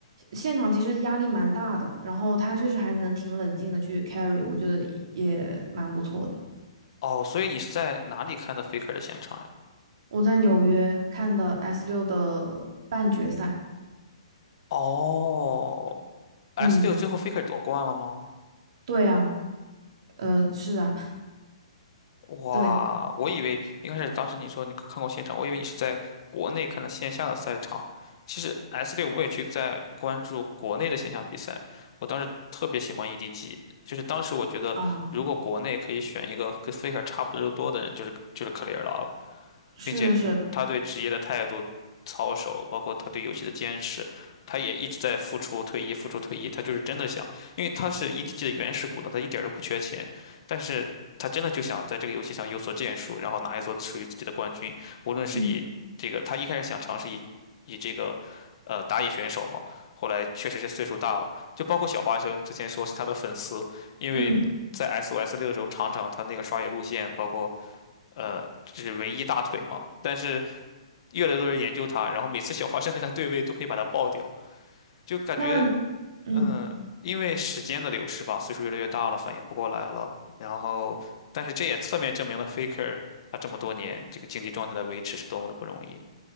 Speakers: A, on the right (about 60°); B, on the left (about 55°).
A: 现场其实压力蛮大的，然后他确实还能挺冷静的去 carry，我觉得也蛮不错的。
B: 哦，所以你是在哪里看的 Faker 的现场呀？
A: 我在纽约看的 S 六的半决赛，
B: 哦，S
A: 嗯，
B: 六最后 Faker 夺冠了吗？
A: 对啊，呃，是啊，
B: 哇，
A: 对
B: 我以为一开始当时你说你看过现场，我以为你是在国内看的线下的赛场。其实 S 六我也去在关注国内的线下比赛，我当时特别喜欢 EDG，就是当时我觉得如果国内可以选一个跟
A: 啊，
B: Faker 差不多的人，就是就是 Clear 了，
A: 是是是，
B: 并且他对职业的态度、操守，包括他对游戏的坚持，他也一直在付出、退役、付出、退役。他就是真的想，因为他是 EDG 的原始股东，他一点儿都不缺钱，但是他真的就想在这个游戏上有所建树，然后拿一座属于自己的冠军。无论是以这个，
A: 嗯
B: 他一开始想尝试以以这个呃打野选手嘛，后来确实是岁数大了，就包括小花生之前说是他的粉丝，因为在
A: 嗯，
B: SOS 六的时候，常常他那个刷野路线，包括。呃，这是唯一大腿嘛。但是越来越多人研究它，然后每次小花生跟它对位都可以把它爆掉，就感觉
A: 那嗯。
B: 嗯，因为时间的流逝吧，岁数越来越大了，反应不过来了。然后，但是这也侧面证明了 Faker 他这么多年这个竞技状态的维持是多么的不容易。